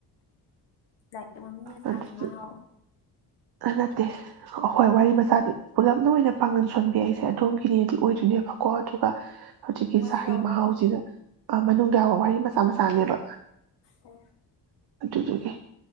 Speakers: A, on the left; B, on the right.
A: ꯑꯣ ꯃꯃꯤꯡꯅ ꯁꯥꯒꯤ
B: ꯑꯗꯨꯁꯨ
A: ꯃꯍꯥꯎ
B: ꯅꯠꯇꯦ ꯑꯩꯈꯣꯏ ꯋꯥꯔꯤ ꯃꯆꯥꯗꯤ ꯄꯨꯂꯞꯅ ꯑꯣꯏꯅ ꯄꯥꯡꯒꯟ ꯁꯣꯟꯕꯤꯛꯏꯁꯦ ꯑꯗꯣꯝꯒꯤꯅꯦꯗꯤ ꯑꯣꯏꯗꯣꯏꯅꯦꯕꯀꯣ ꯑꯗꯨꯒ ꯍꯧꯖꯤꯛꯀꯤ
A: ꯃꯅꯨꯡ
B: ꯆꯒꯤ
A: ꯌꯥꯎꯕ
B: ꯃꯍꯥꯎꯁꯤꯗ
A: ꯑꯣ
B: ꯃꯅꯨꯡꯗ ꯌꯥꯕ ꯋꯥꯔꯤ ꯃꯥ ꯃ ꯆꯥꯅꯦꯕ
A: ꯎꯝ
B: ꯑꯗꯨꯗꯨꯒꯤ